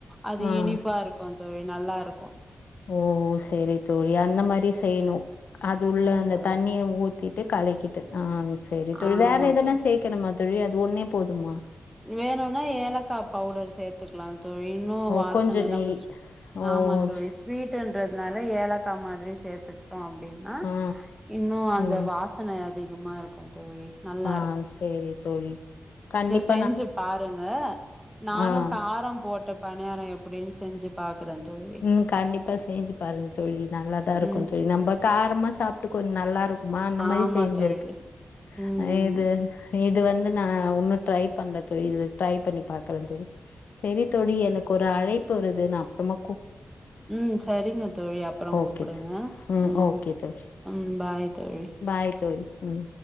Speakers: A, in the centre; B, on the left.
A: அது
B: ஆ
A: இனிப்பா இருக்கு தோழி நல்லா இருக்கோ
B: ஓ சரி தோழி அந்த மாரி செய்யணு அது உள்ள
A: ம்
B: அந்த
A: தோழி
B: தண்ணிய ஊத்தி ட்டு கலக்கிட்டு ஆ சேரி தோழி
A: ஆமா
B: வேற எதனா
A: தோழி
B: சேக்கனும்மா தோழி அ ஒன்னே போதுமா
A: வேணுன்னா ஏலக்கா பவுடர் சேத்துக்கலா தோழி இன்னு
B: ஓ
A: வாசன
B: கொஞ்ச நெய்
A: நம்ம ஸ்
B: ஓ
A: ஆமா தோழி
B: ச-
A: ஸ்வீட் ட்டரதுனால ஏலக்கா மாதிரி சேர்த்து ட்டோ அப்பிடின்னா
B: ஆ
A: இன்னு அந்த
B: ம்
A: வாசன அதிகமா இருக்கு தோழி நல்லா
B: ஆ சேரி தோழி கண்டிப்
A: செஞ்சி பாருங்க நானு
B: ஆ
A: காரம் போட்டு பணியாரோ எப்பிடின்னு செஞ்சி பாக்குறே தோழி
B: ம் கண்டிப்பா செஞ்சி பாருங்க தோழி நல்லாதா இருக்கு
A: ம்
B: தோழி நம்ம காரமா சாப்பிட்டு கொஞ் நல்லா இருக்கு மா அந்த
A: ஆமா
B: மாரி செஞ்சிருக்கு
A: தோழி ம்
B: அ ஏது இது வந்து நா ஒன்னும் ட்ரை பண்ணல தோழி இது ட்ரை பண்ணி பாக்கறே தோழி சேரி தோழி எனக்கு ஒரு அழைப் ப்பு வருது நா அப்புறமா
A: ம் சரிங்க தோழி அப்புறோ
B: ஓகே
A: கூப்புடுங்க
B: தோழி.
A: ம்
B: ஓகே தோழி
A: ம் பாய் தோழி
B: பாய் தோழி ம்